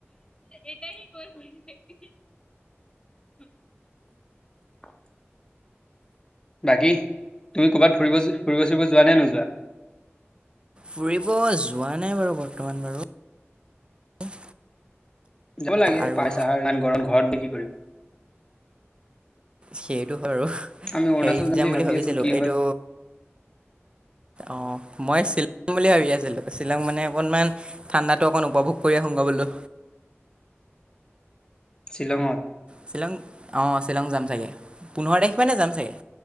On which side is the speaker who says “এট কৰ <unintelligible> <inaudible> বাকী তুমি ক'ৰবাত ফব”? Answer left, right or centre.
Left